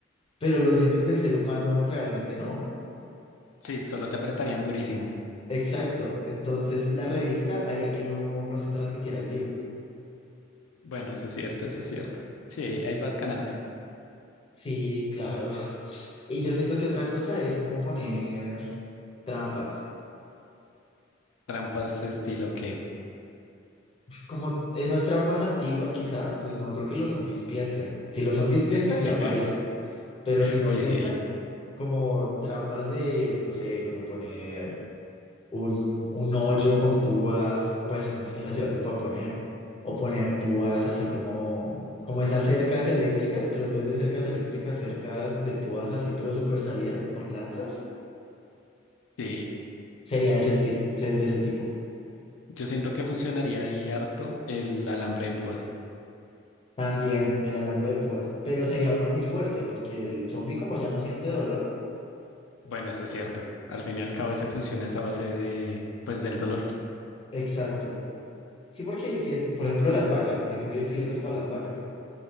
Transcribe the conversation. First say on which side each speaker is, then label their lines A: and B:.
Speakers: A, on the left (about 30°); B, on the left (about 85°).
A: pero los dientes del ser humano realmente no.
B: Sí, solo te apretarían durísimo.
A: Exacto. Entonces, la revista haría que no, no se transmitiera el virus.
B: Bueno, eso es cierto, eso es cierto. Sí, ahí vas ganando.
A: Sí, claro. <laughs> Y yo siento que otra cosa es como poner trampas.
B: Trampas estilo que.
A: como esas trampas antiguas, quizá, pues no creo que los zombies piensen. Si los zombies piensan,
B: <laughs>
A: ya paila. Pero si no
B: Uy,
A: piensan,
B: sí, ahí.
A: como trampas de, no sé, como poner un, un hoyo con púas, pues no es que en la ciudad se pueda poner. O poner púas así como, como esas cercas eléctricas, pero en vez de cercas eléctricas, cercas de púas así, pero súper salidas, con lanzas,
B: Sí.
A: sería de ese tipo, de ese tipo.
B: Yo siento que funcionaría ahí harto el alambre de púas.
A: También el alambre de púas, pero sería uno muy fuerte porque el zombie como ya no siente dolor,
B: Bueno, eso es cierto. Al fin y al cabo ese funciona esa base de, pues, del dolor.
A: Exacto. Sí, porque, si- por ejemplo, las vacas, que eso de sirves para las vacas.